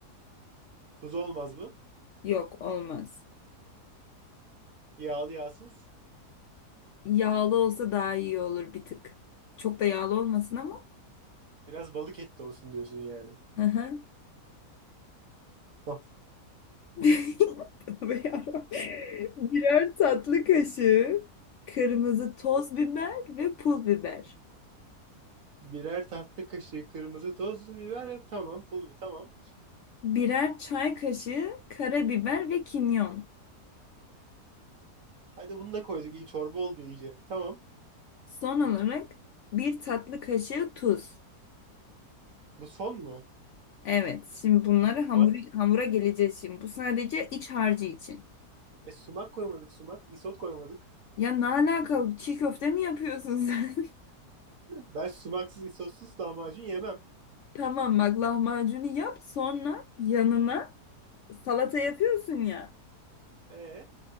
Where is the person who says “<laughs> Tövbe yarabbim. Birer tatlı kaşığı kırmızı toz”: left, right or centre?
Left